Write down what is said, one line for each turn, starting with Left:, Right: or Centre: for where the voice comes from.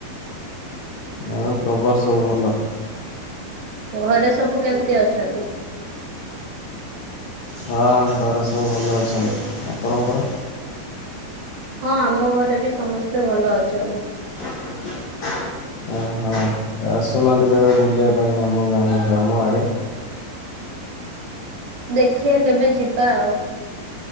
Left: ଆଉ ଖବର ସବୁ ଭଲ।
Right: ଘରେ ସବୁ କେମିତି ଅଛନ୍ତି?
Left: ହଁ ଘରେ ସବୁ ଭଲ ଅଛନ୍ତି ଆପଣଙ୍କର?
Right: ହଁ ଆମ ଘରେ ବି ସମସ୍ତେ ଭଲ ଅଛନ୍ତି।
Left: <inaudible> ଅ ହ ଆସୁ ନାହାନ୍ତି କେବେ ବୁଲିବା ପାଇଁ ଆମ ଗାମ ଗ୍ରାମ ଆଡ଼େ।
Right: ଦେଖିବା କେବେ ଯିବା ଆଉ।